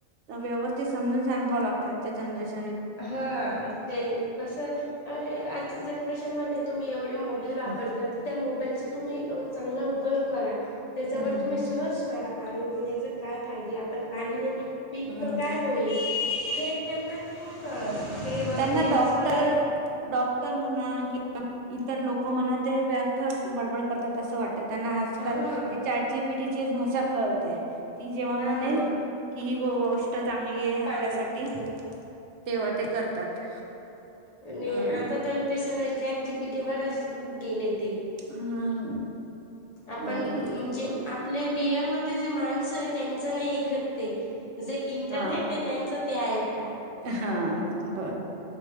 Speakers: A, on the right; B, on the left.
A: व्यवस्थित समजून सांगावं लागतं त्याचं जनरेशन
B: हा ते कसं आहे अरे आजच्या जनरेशन मध्यें तुम्हीं एवढं ते मोबाईल वापरतात
A: हम्म
B: त्या मोबाईल तुम्हीं चांगला उपयोग करा त्यांच्यावर
A: हम्म
B: तुम्हीं सर्च मारा पाणी पिण्याचे काय फायदे आपणं पाणीने मी पित्त
A: हम्म
B: काय होईल हे त्यांना ते नाही कळत ते वग
A: त्यांनां
B: रील्स
A: डॉक्टर
B: वगैरे
A: डॉक्टर इतर म्हणा किंवा इतर लोकं म्हणा ते व्यर्थ बडबड करतात असं वाटतं त्यांनां आजकाल
B: हा
A: ते चार जी पीटीची भाषा कळतेय ती जेंव्हा म्हणेल
B: हा
A: की ती गोष्ट चांगली आहे आपल्यासाठी
B: पाणी ह
A: तेंव्हा ती करतात
B: अरे
A: हम्म
B: आता तर ते सगळें चेट जीपीटी वरच खेळत गेलेत
A: हम्म
B: आपण
A: बरोबर
B: जे आपले रियल मध्येच ते जे माणस आहे त्यांच नाही एकते ते जे इंटरनेट
A: हा
B: आहे त्यांच ते आईकते
A: हा ब